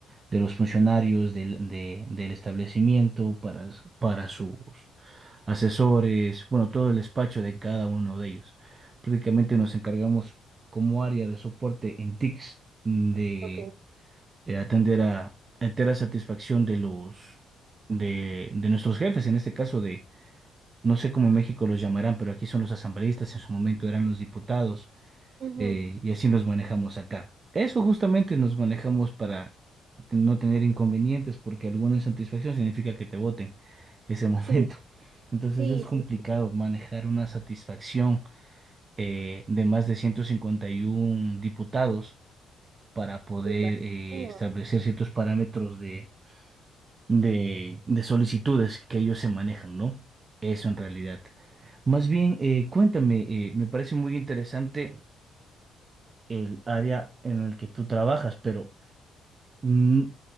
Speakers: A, on the right; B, on the right.
A: de los funcionarios del, de- del establecimiento, para, para sus asesores, bueno, todo el despacho de cada uno de ellos. Prácticamente nos encargamos como área de soporte en TICS de
B: Ok.
A: eh, atender a entera satisfacción de los de, de nuestros jefes, en este caso de, no sé cómo en México los llamarán, pero aquí son los asambleístas, en su momento eran los diputados
B: Ujú.
A: eh, y así nos manejamos acá. Eso justamente nos manejamos para te- no tener inconvenientes, porque alguna insatisfacción significa que te voten ese <laughs> momento.
B: Sí,
A: Entonces
B: sí,
A: es complicado
B: sí, sí,
A: manejar una satisfacción eh, de más de 151 diputados para poder
B: me
A: eh,
B: imagino.
A: establecer ciertos parámetros de, de, de solicitudes que ellos se manejan, ¿no? Eso en realidad. Más bien, eh, cuéntame, eh, me parece muy interesante el área en el que tú trabajas, pero mm,